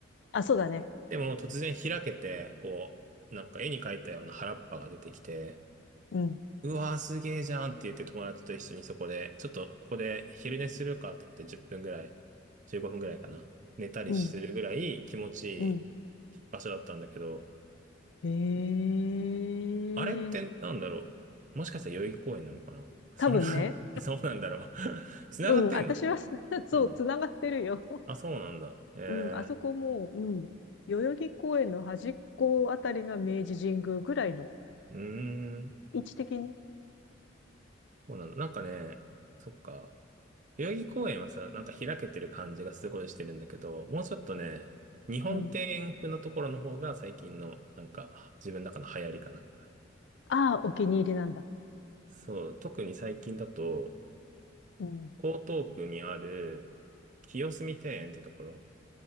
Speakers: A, on the left; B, on the right.
A: あ、そうだね。
B: でも突然開けて、こう、なんか絵に描いたような原っぱが出てきて、
A: うん。
B: うわーすげーじゃんって言って友達と一緒にそこで、ちょっとここで昼寝するかって言って10分ぐらい、15分ぐらいかな。寝たりするぐらい気持ち
A: うん。うん。
B: いい場所だったんだけど、
A: ええ
B: あれってなんだろうもしかしたら代々木公園なのかなそんな
A: 多分ね。
B: <laughs> そうなんだろう <laughs> 繋がってんの
A: うん。私は <laughs> そう、
B: うん。
A: つながってるよ。
B: あ、そうなんだ。ええ
A: うん、あそこもう、うん、代々木公園の端っこあたりが明治神宮ぐらいの
B: うーん。
A: 位置的に。
B: そうなんだ。なんかね、そっか。代々木公園はさ、なんか開けてる感じがすごいしてるんだけど、もうちょっとね、日本庭園風のところの方が最近の、
A: うん。
B: なんか、自分の中の流行りかな。
A: ああ、お気に入りなんだ。
B: そう、特に最近だと、
A: うん。
B: 江東区にある、清澄庭園ってところ。